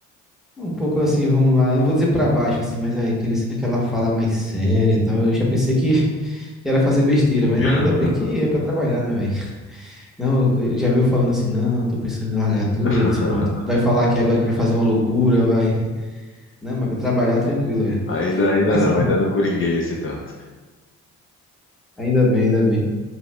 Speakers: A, in the centre; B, on the left (about 45°).
A: Um pouco assim, vamos lá. Eu não vou dizer pra baixo, assim, mas aí aquele, aquela fala mais séria e tal. Eu já pensei que, <laughs> que era fazer besteira, mas
B: <laughs>
A: ainda bem que é pra trabalhar, né, velho? Não, eu- já viu falando assim, não, eu tô pensando em largar tudo.
B: <laughs>
A: Eu disse, pronto, vai falar aqui agora que vai fazer uma loucura, vai. Não, mas vai trabalhar tranquilo, velho.
B: Ainda, ainda
A: Assim,
B: não, ainda não coringuei esse tanto.
A: ainda bem, ainda bem.